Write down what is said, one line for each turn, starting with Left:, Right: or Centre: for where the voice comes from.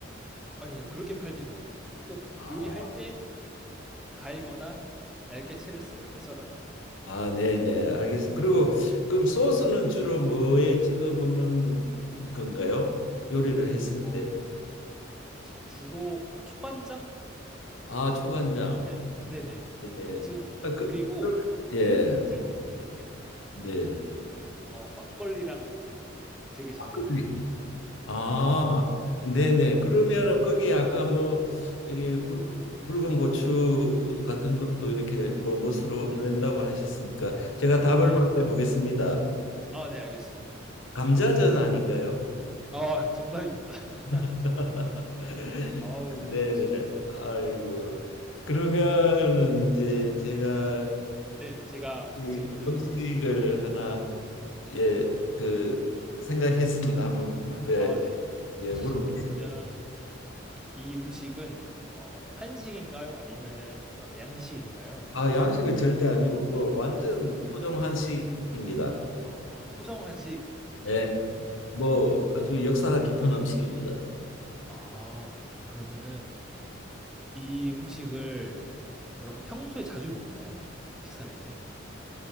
Centre: 아니요. 그렇게 팔지는 않아요. 꼭
Left: 아,
Centre: 요리할 때 갈거나 얇게 채를 썰 썰어요.
Left: 아, 네, 네, 알겠습니다. 그리고 그럼 소스는 주로 뭐에 찍어 먹는 건가요? 요리를 했을
Centre: 어
Left: 때.
Centre: 주로 초간장?
Left: 아, 초간장.
Centre: 네. 네네.
Left: 네. 네.
Centre: 예 찍어 먹는 것
Left: 아,
Centre: 같아요.
Left: 그,
Centre: 그리고
Left: 그- 예,
Centre: 힌트를 좀 드릴게요.
Left: 네.
Centre: 어 막걸리랑 가 되게 잘
Left: 막걸리.
Centre: 어울립니다.
Left: 아,
Centre: 네.
Left: 네네. 그러면은 거기 아까 뭐 여기 붉, 붉은 고추 같은 것도 이렇게 뭐 멋으로 넣는다고 하셨으니까 제가 답을
Centre: 네.
Left: 말해 보겠습니다.
Centre: 아 네 알겠습니다.
Left: 감자전 아닌가요?
Centre: 어 정답입니다. <laughs>
Left: <laughs>
Centre: 어우
Left: 네네.
Centre: 잘 맞추십니다.
Left: 아이고. 그러면은
Centre: 네.
Left: 이제 제가
Centre: 네, 제가 한번
Left: 이
Centre: 질문을
Left: 음식을
Centre: 드려보겠습니다.
Left: 하나 예, 그 생각했습니다. 한번 예,
Centre: 아, 네.
Left: 예 물어봅시다.
Centre: 그러면 이 음식은 어, 한식인가요? 아니면은 뭐랄까 양식인가요?
Left: 아, 양식은 절대 아니고 뭐 완전 토종 한식입니다.
Centre: 아, 토정 한식.
Left: 네.
Centre: 네.
Left: 뭐 아주 역사가 깊은 음식입니다.
Centre: 아, 그러면은 이 음식을 뭐랄까 평소에 자주 먹나요? 식사할 때?